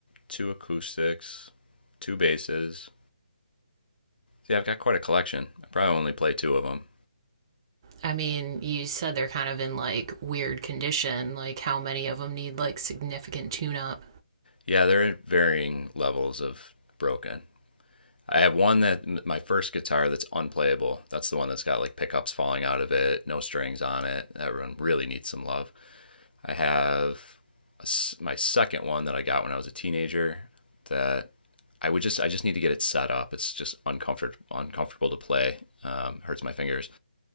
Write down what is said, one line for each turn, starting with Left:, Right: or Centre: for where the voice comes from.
Left: two acoustics, two basses. Yeah, I've got quite a collection. I probably only play two of them.
Right: I mean, you said they're kind of in like weird condition. Like, how many of them need like significant tune up?
Left: Yeah, they're at varying levels of broken. I have one that my first guitar that's unplayable. That's the one that's got like pickups falling out of it, no strings on it. That one really needs some love. I have a s my second one that I got when I was a teenager that I would just I just need to get it set up. It's just uncomfort uncomfortable to play. Um, hurts my fingers.